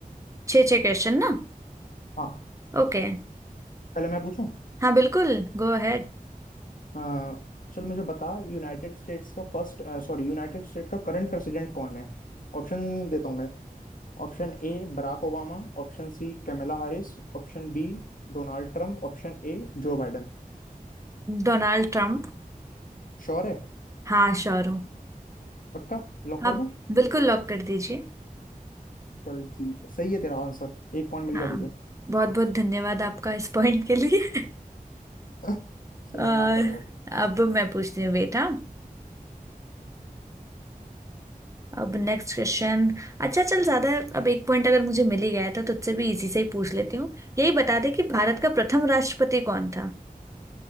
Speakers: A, on the right; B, on the left.
A: छः छः क्वेश्चन ना
B: हाँ
A: ओके
B: पहले मैं पूछूं
A: हाँ बिल्कुल गो अहेड
B: अ, चल मुझे बता यूनाइटेड स्टेट्स का फर्स्ट सॉरी यूनाइटेड स्टेट का करंट प्रेसिडेंट कौन है ऑप्शन देता हूँ मैं Option A Barack Obama option C Kamala Harris option B Donald Trump option A Joe Biden
A: Donald Trump
B: Sure है
A: हाँ श्योर हूँ
B: पक्का लॉक कर
A: आप
B: दूं
A: बिल्कुल लॉक कर दीजिए
B: चल ठीक है सही है तेरा आंसर एक पॉइंट मिल
A: हाँ
B: गया तुझे
A: बहुत बहुत धन्यवाद आपका इस पॉइंट के लिए <laughs>
B: <laughs> चलो
A: और
B: आप बताओ
A: अब मैं पूछती हूँ बेटा अब नेक्स्ट क्वेश्चन अच्छा चल ज्यादा अब एक पॉइंट अगर मुझे मिल ही गया था तो तुझसे भी इजी से ही पूछ लेती हूँ यही बता दे कि भारत का प्रथम राष्ट्रपति कौन था